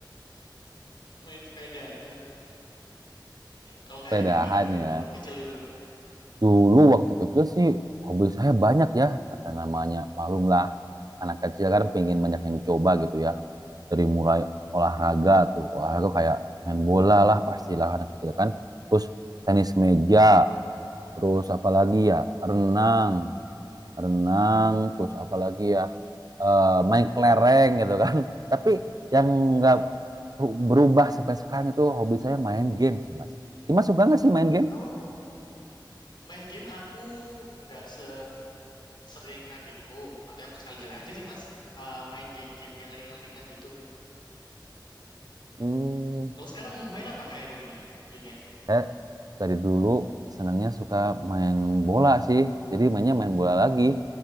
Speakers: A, on the left (about 75°); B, on the right (about 50°).
A: main sepeda kalau
B: Sepedahan
A: Kak Iru gimana Kak dulu
B: ya.
A: waktu kecil dulu
B: Dulu waktu kecil sih hobi saya banyak ya kata namanya malumlah anak kecil kan pengen banyak yang dicoba gitu ya. Dari mulai olahraga tuh olahraga kayak main bola lah pastilah anak kecil kan. Terus tenis meja, terus apalagi ya renang renang, terus apalagi ya eh, main kelereng gitu kan. <laughs> Tapi yang nggak berubah sampai sekarang itu hobi saya main game sih mas. Si Mas suka nggak sih main game?
A: Oh, main game aku nggak se sering adekku tapi aku sekali-kali aja sih Mas eh, main game-game yang ringan-ringan gitu
B: Hmm,
A: kalau sekarang main apa Kak Iru ini gamenya
B: saya dari dulu senangnya suka main bola sih. Jadi mainnya main bola lagi.